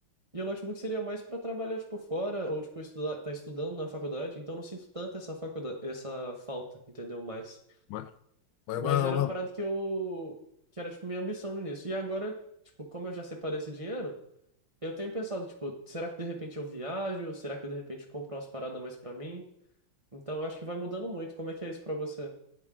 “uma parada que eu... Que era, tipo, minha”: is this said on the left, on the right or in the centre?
Right